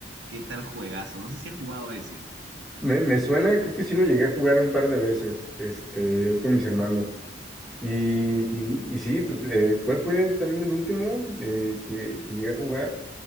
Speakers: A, on the right; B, in the centre.
A: qué tal juegazo. No sé si has jugado ese.
B: Me, me suena, creo que sí lo llegué a jugar un par de veces, este, ahí con mis hermanos. Y, y, y sí, pues, eh, ¿cuál fue también el último eh, que, que llegué a jugar?